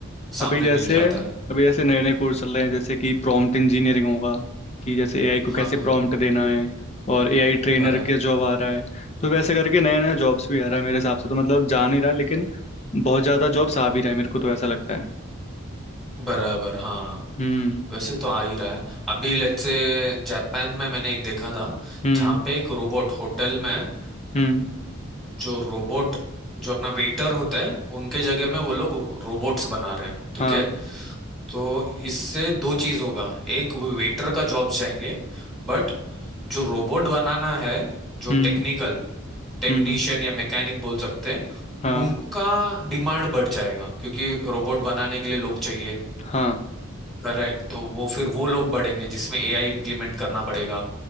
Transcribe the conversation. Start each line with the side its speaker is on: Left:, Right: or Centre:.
Centre: सामने
Left: अभी जैसे
Centre: मिल जाता है
Left: अभी जैसे नए नए कोर्स चल रहे हैं जैसे कि प्रॉम्प्ट इंजीनियरिंग होगा कि जैसे एआई को
Centre: हाँ
Left: कैसे
Centre: हाँ
Left: प्रॉम्प्ट देना है और एआई ट्रेनर
Centre: बरा
Left: के जॉब आ रहा है तो वैसे करके नया नया जॉब्स भी आ रहा है मेरे हिसाब से तो मतलब जा नहीं रहा लेकिन बहुत ज़्यादा जॉब्स आ भी रहा है मेरे को तो ऐसा लगता है
Centre: बराबर हाँ
Left: हम्म
Centre: वैसे तो आ ही रहा है अभी लेट्स से जापान में मैंने एक देखा था
Left: हम्म
Centre: जहाँ पे एक रोबोट होटल में अ,
Left: हम्म
Centre: जो रोबोट जो अपना वेटर होता है उनके जगह में वो लोग रोबोट्स बना रहे हैं ठीक
Left: हाँ
Centre: है तो इससे दो चीज होगा एक वेटर का जॉब्स जाएंगे बट जो रोबोट बनाना है जो
Left: हम्म
Centre: टेक्निकल टेक्नीशियन
Left: हम्म
Centre: या मैकेनिक बोल सकते हैं
Left: हाँ
Centre: उनका डिमांड बढ़ जाएगा क्योंकि रोबोट बनाने के लिए लोग चाहिए
Left: हाँ
Centre: करेक्ट तो वो फिर वो लोग बढ़ेंगे जिसमें एआई इम्प्लीमेंट करना पड़ेगा